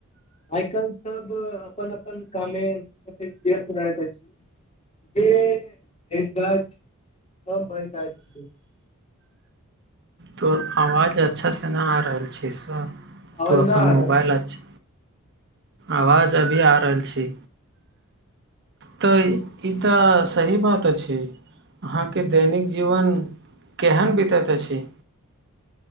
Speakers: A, on the left; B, on the right.
A: आइ काल्हि सब अपन अपन कामे व्यस्त रहैत अछि जे भेट घांट कम भय जायत छै
B: तोहर आवाज अच्छासँ नहि आ रहल छै साफ
A: कारण
B: तु अपन
A: हमर
B: मोबाइल अछि आवाज अभी आ रहल छै तऽ इ तऽ सही बात अछि अहाँके दैनिक जीवन केहन बीतैत अछि